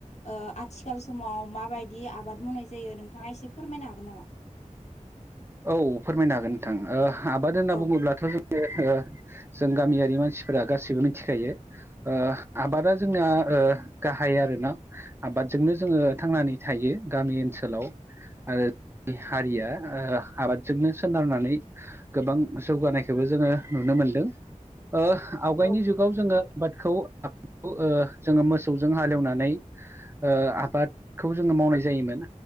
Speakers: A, on the left (about 60°); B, on the right (about 20°).
A: ओ आथिखाल समाव माबायदि आबाद मावनाय जायो नोंथाङा एसे फोरमायनो हागोन नामा?
B: औ फोरमायनो हागोन नोंथां ओ आबाद होनना
A: औ
B: बुङोब्लाथ' जोङो ओ जों गामियारि मानसिफोरा गासैबो मिथिखायो ओ आबादा जोंना ओ गाहाय आरो ना आबादजोंनो जोङो थांनानै थायो गामि ओनसोलाव आरो <unintelligible> हारिया ओ आबादजोंनो सोनारनानै गोबां जौगानायखौबो जोङो नुनो मोनदों ओ आवगायनि
A: औ
B: जुग गाव जोङो आबादखौ <unintelligible> ओ जोङो मोसौजों हालेवनानै ओ आबादखौ जोङो मावनाय जायोमोन